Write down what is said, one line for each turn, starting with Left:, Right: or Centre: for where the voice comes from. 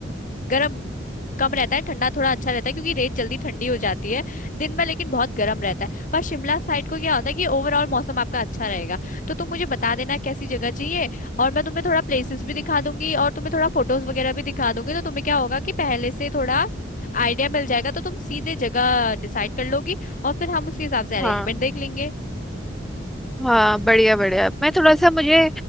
Left: गर्म कम रहता है ठंडा थोड़ा अच्छा रहता है क्योंकि रेत जल्दी ठंडी हो जाती है दिन में लेकिन बहुत गर्म रहता है पर शिमला साइड को क्या होता है कि ओवरऑल मौसम आपका अच्छा रहेगा तो तुम मुझे बता देना कैसी जगह चाहिए और मैं तुम्हें थोड़ा प्लेसेस भी दिखा दूंगी और तुम्हें थोड़ा फोटोज वगैरह भी दिखा दूंगी तो तुम्हें क्या होगा कि पहले से थोड़ा आइडिया मिल जाएगा तो तुम सीधे जगह डिसाइड कर लोगी और फिर हम उसके हिसाब से अरेंजमेंट
Centre: हाँ
Left: देख लेंगे
Centre: हाँ बढ़िया बढ़िया मैं थोड़ा सा मुझे